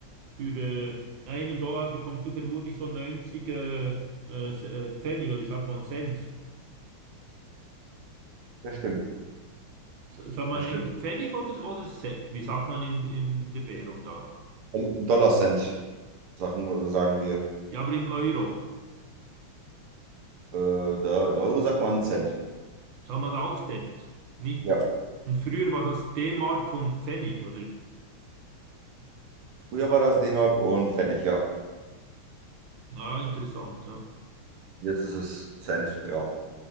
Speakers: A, on the right; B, on the right.
A: für äh, einen Dollar bekommst du vermutlich so 90 äh, äh, Pfennig oder ich sag mal Cent.
B: Das stimmt,
A: Sagt man
B: das
A: eigentlich
B: stimmt.
A: Pfennig oder, oder Se- wie sagt man in, in, in der Währung da?
B: Und Dollar-Cent, sagen, sagen wir.
A: Ja, aber im Euro
B: Äh, da in Euro sagt man Cent.
A: sagt man da auch Cent. Nicht,
B: Ja.
A: und früher war das D-Mark und Pfennig, oder?
B: Früher war das D-Mark und Pfennig, ja.
A: Ja, interessant, ja.
B: Jetzt ist es Cent, ja.